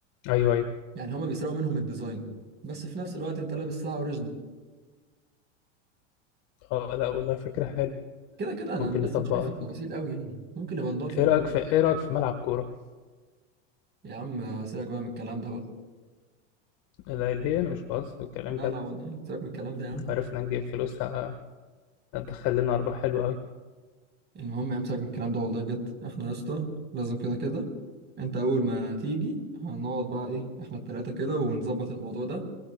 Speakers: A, on the left; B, on the right.
A: ايوه ايوه
B: يعني هما بيسرقوا منهم الديزاين بس في نفس الوقت انت لابس ساعه اوريجينال
A: اه لا والله فكرة حلوة
B: كده كده انا
A: ممكن
B: لسه
A: نطبقها
B: مش عارف التفاصيل
A: الفكرة
B: قوي يعني ممكن نبقى ندور في الموضوع
A: ايه رأيك في ايه رأيك في ملعب كورة
B: يا عم سيبك بقى من الكلام ده بقى
A: لا ليه انا مش بهزر الكلام
B: لا
A: جد
B: لا والله سيبك من الكلام ده يا عم
A: لو عرفنا نجيب فلوس ه- هتدخل لنا ارباح حلوه قوي
B: المهم امسك من الكلام ده والله بجد احنا يا اسطى لازم كده كده انت اول ما تيجي هنقعد بقى ايه احنا التلاتة كده ونظبط الموضوع ده